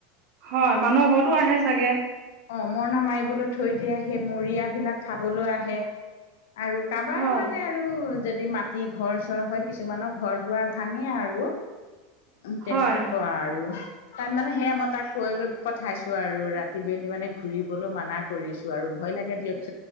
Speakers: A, on the right (about 50°); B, on the left (about 80°).
A: হয় মানুহ ঘৰতো আহে চাগে
B: অ' মৰণা মাৰিবলৈ থৈ দিয়ে সেই মৰিয়াবিলাক খাবলৈ আহে। আৰু কাৰোবাৰ
A: হয়
B: মানে আৰু যদি মাটি ঘৰ চৰ হয় কিছুমানৰ ঘৰ দুৱাৰ ভাঙে আৰু। আৰু তেনেকুৱা
A: হয়
B: আৰু তাত মানে সেয়া মই তাক কৈ পঠাইছো। আৰু ৰাতি বেলি মানে ঘুৰিবলৈ মানা কৰিছো আৰু ভয় লাগে দিয়ক। হ জো